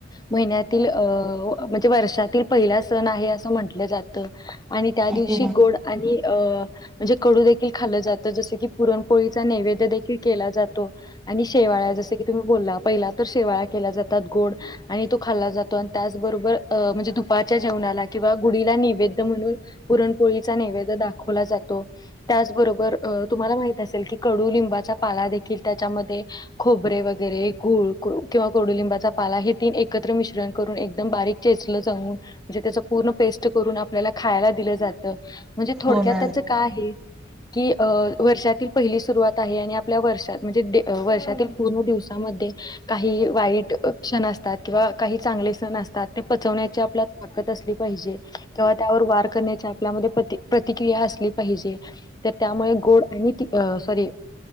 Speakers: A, on the left; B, in the centre.
A: महिन्यातील अ म्हणजे वर्षातील पहिला सण आहे असं म्हंटलं जातं. आणि त्या दिवशी
B: हो मॅम
A: गोड आणि म्हणजे कडू ते खाल्ल जातं जसं की पुरण पोळीचा नैवेद्य देखील केला जातो, आणि शेवाळा जस क तुम्ही बोल्ला पहिला तर शेवाळा केला जातात गोड आणि तो खाल्ला जातो आणि त्या बरोबर म्हणजे दुपारच्या जेवणाला. किंवा गुढीला नैवेद्य म्हणून पुरणपोळीचा निैवेद दाखवला जातो. त्याचबरोबर अ तुम्हाला माहित असेल की कडू लिंबाचा पाला देखील त्याच्यामध्ये खोबरे वगैरे गूळ किंवा कोडुलिंबाचा पाला हे तीन एकत्र मिश्रण करून एकदम बारीक चेचलं जाऊन म्हणजे त्याच पूर्ण पेस्ट करून आपल्याला खायला दिलं जातं म्हणजे थोडक्यात
B: हो मॅम
A: त्याच का आहे की वर्षातील पहिली सुरवात आहे आणि आपल्या वर्षात म्हणजे वर्षातील पूर्ण दिवसामध्ये काही वाईट क्षण असतात किंवा काही चांगले सण असतात ते पचवण्याचे आपल्या ताकद असली पाहिजे तेव्हा त्यावर वार करण्याची आपल्यामध्ये प्र प्रतिक्रिया असली. पाहिजे तर त्यामुळे गोड आणि सॉरी